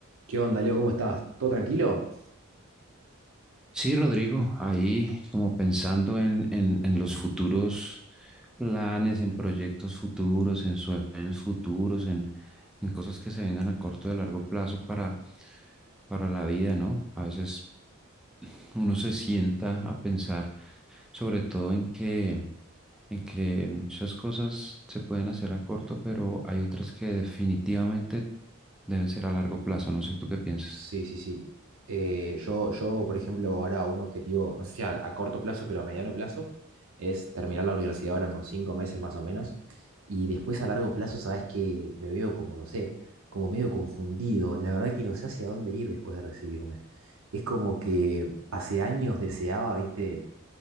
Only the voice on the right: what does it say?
¿Qué onda, Leo? ¿Cómo estás? ¿Todo tranquilo?
Sí, sí, sí. Eh, yo, yo, por ejemplo, ahora un objetivo, no sé si a, a corto plazo, pero a mediano plazo, es terminar la universidad ahora en unos cinco meses más o menos. Y después a largo plazo, sabes que me veo como, no sé, como medio confundido. La verdad que no sé hacia dónde ir después de recibirme. Es como que hace años deseaba, viste,